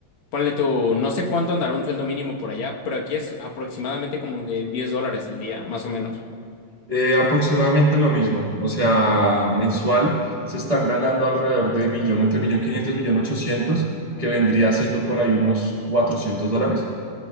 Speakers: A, on the left; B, on the right.
A: ponle tú, no sé cuánto andará un sueldo mínimo por allá, pero aquí es aproximadamente como de 10 dólares el día, más o menos.
B: Eh, aproximadamente lo mismo, o sea, mensual se están ganando alrededor de millón, entre millón quinientos, millón ochocientos, que vendría siendo por ahí unos 400 dólares.